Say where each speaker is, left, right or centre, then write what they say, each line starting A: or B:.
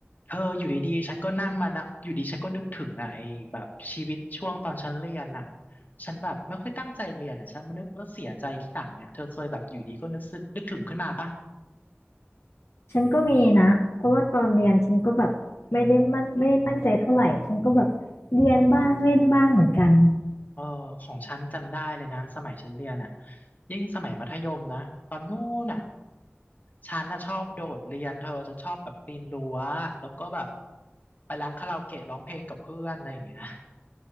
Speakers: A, on the left; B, on the left.
A: เธออยู่ดีๆฉันก็นั่งมานะอยู่ดีฉันก็นึกถึงอ่ะไอ้แบบชีวิตช่วงตอนฉันเรียนอ่ะฉันแบบไม่ค่อยตั้งใจเรียนอ่ะฉันมานึกแล้วเสียใจทีหลังอ่ะเธอเคยแบบอยู่ดีก็นึกสึกนึกถึงขึ้นมาปะ
B: ฉันก็มีนะเพราะว่าตอนเรียนฉันก็แบบไม่ได้มันไม่ได้ตั้งใจเท่าไหร่ฉันก็แบบเรียนบ้างเล่นบ้างเหมือนกัน
A: เออของฉันจำได้เลยนะสมัยฉันเรียนอ่ะยิ่งสมัยมัธยมนะตอนนู้นอ่ะฉันน่ะชอบโดดเรียนเธอฉันชอบแบบปีนรั้วแล้วก็แบบไปร้านคาราโอเกะร้องเพลงกับเพื่อนอะไรอย่างเงี้ย